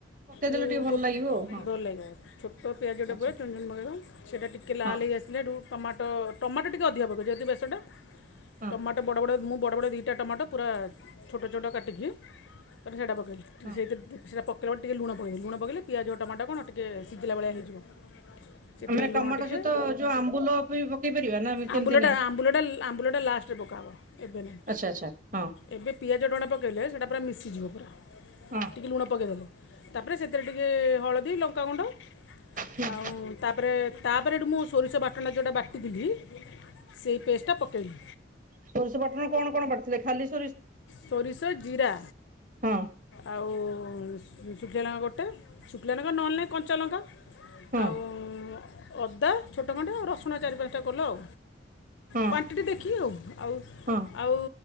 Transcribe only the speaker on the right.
ପକେଇଦେଲେ
ଟିକେ ଭଲ
ଲାଗିବ ଆଉ ହଁ
ଆଚ୍ଛା
ହଁ
ହଁ
ହଁ
ଆମେ ଟମାଟୋ
ସହିତ ଯୋଉ ଆମ୍ବୁଲ ବି ପକେଇ ପାରିବା ନା ସେମିତି
ନାହିଁ।
ଆଚ୍ଛା ଆଚ୍ଛା ହଁ।
ହଁ
ହଁ
ସୋରିଷ ବାଟଣା କଣ କଣ ବାଟି ଥିଲେ ଖାଲି ସୋ
ହଁ
ହଁ
ହଁ
ହଁ